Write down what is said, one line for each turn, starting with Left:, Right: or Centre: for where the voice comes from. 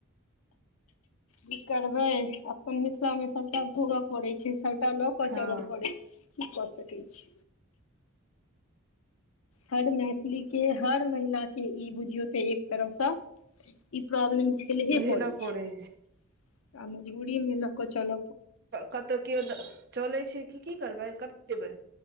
Left: की करबै अपन मिथिला मे सबटा भोगय पड़ैत छै, सबटा लऽ क
Right: हँ
Left: चलय पड़े छै। की क सकै छी। हर मैथिली के हर महिला के ई बुझियौ ते एक तरहसँ ई प्रॉब्लम झेलहे
Right: झेलऽ
Left: पड़े छै
Right: पड़ै
Left: आ मजबूरी में ल क चल
Right: कतहु केओ चलै छै क की करबै कतय जेबै।